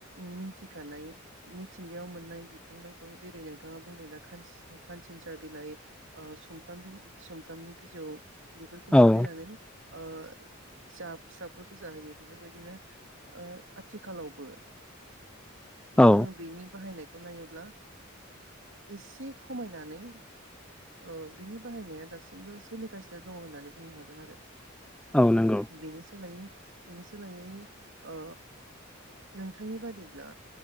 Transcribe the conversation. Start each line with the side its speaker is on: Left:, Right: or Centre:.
Right: ओम मिथिखानाय मिथिंगायाव मोननाय बिफां लाइफां जेरै नोंथाङा बुंदों दा खानसिसा खानसिनसा बिलाइ आ सुमफ्राम-सुमफ्रामनि बिजौ बेफोरखौ
Centre: औ
Right: सिफ्लेनानै ओ जा फिसाफोरखौ जाहैयो बेफोरबायदिनो आथिखालावबो
Centre: औ
Right: जोङो बेनि बाहायनाय खौ नायोब्ला एसे खमायनानै अओ बिनि बाहायनाया दासिमबो सोलिगासिनो दङ होननानै बुंनो हागोन आरो।
Centre: औ नंगौ
Right: बेनि सोलायै बेनि सोलायै ओ नोंथांनि बादिब्ला